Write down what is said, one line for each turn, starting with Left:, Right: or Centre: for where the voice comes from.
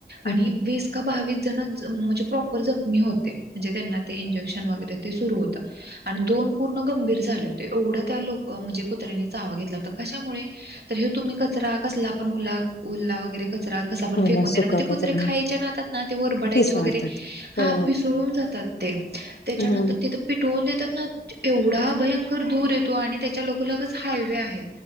Left: अरे
Right: आणि वेस्. का बावीस जण म्हणजे प्रॉपर जखमी होते म्हणजे त्यांना ते इंजेक्शन वगैरे ते सुरु होत आणि दोन पूर्ण गंभीर झाले होते एवढं त्या लोक. म्हणजे कुत्र्यांनी चावा घेतला होता कशामुळे. तर हे तुम्ही कचरा कसला पण उला उलला वगैरे कचरा. कसं आपण
Left: मला
Right: फेकून
Left: सुका
Right: देणार मग ते कुत्रे
Left: कचरा
Right: खायच्या नाहतात ना ते वरडयचे
Left: पिसाळतात
Right: वगैरे
Left: हो
Right: हापिसळून जातात. ते
Left: हम्म.
Right: त्याच्यानंतर तिथे पिटवून देतात ना एवढा हा भयंकर दूर येतो आणि त्याच्या लोक लगच हायवे आहे.